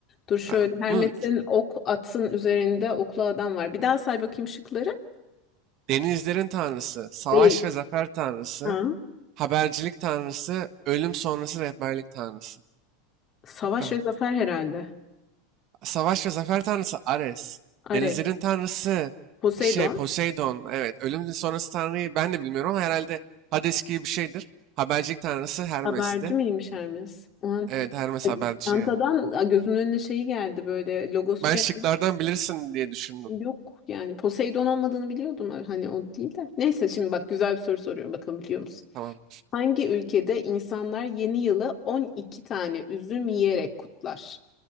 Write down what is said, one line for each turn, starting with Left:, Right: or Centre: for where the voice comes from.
Left: Dur şöyle
Right: a-
Left: Hermes'in
Right: bunu ç-
Left: ok atın üzerinde oklu adam var. Bir daha say bakayım şıkları.
Right: denizlerin tanrısı, savaş
Left: Değil.
Right: ve zafer tanrısı,
Left: Ha.
Right: habercilik tanrısı, ölüm sonrası rehberlik tanrısı.
Left: Savaş
Right: Çok rahat.
Left: ve zafer herhalde.
Right: Savaş ve zafer tanrısı Ares.
Left: Ares.
Right: Denizlerin tanrısı
Left: Poseidon.
Right: şey Poseidon. Evet, ölüm sonrası tanrıyı ben de bilmiyorum ama herhalde Hades gibi bir şeydir. Habercilik tanrısı Hermes'ti.
Left: Haberci miymiş Hermes? O an
Right: Evet, Hermes haberci
Left: çantadan
Right: ya.
Left: gözümün önüne şeyi geldi böyle logosu
Right: Ben
Left: geldi.
Right: şıklardan bilirsin diye düşündüm.
Left: Yok yani Poseidon olmadığını biliyordum hani o değil de. Neyse şimdi bak güzel bir soru soruyorum bakalım biliyor musun?
Right: Tamam,
Left: Hangi ülkede insanlar yeni yılı 12 tane üzüm yiyerek kutlar?